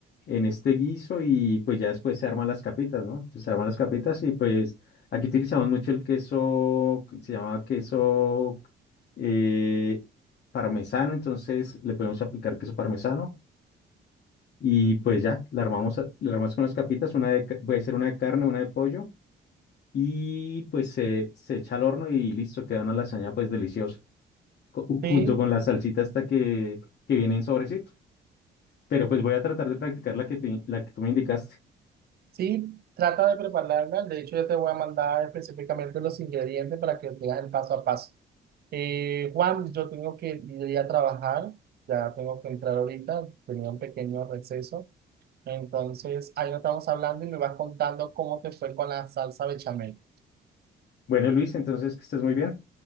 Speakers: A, on the left (about 55°); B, on the right (about 55°).
A: en este guiso y pues ya después se arman las capitas, ¿no? Entonces, se arman las capitas y pues aquí utilizamos mucho el queso, que se llama queso eh, parmesano, entonces le podemos aplicar queso parmesano. Y pues ya, la armamos, a- la armas con las capitas, una de, ca- puede ser una de carne, una de pollo, y pues se, se echa al horno y listo, queda una lasaña pues deliciosa, co-
B: Sí,
A: junto con la salsita hasta que, que viene en sobrecito. Pero pues voy a tratar de practicar la que, te- la que tú me indicaste.
B: sí, trata de prepararla. De hecho, yo te voy a mandar específicamente los ingredientes para que veas el paso a paso. Eh, Juan, yo tengo que ir a trabajar, ya tengo que entrar ahorita, tenía un pequeño receso. Entonces, ahí nos estamos hablando y me vas contando cómo te fue con la salsa bechamel.
A: Bueno, Luis, entonces que estés muy bien.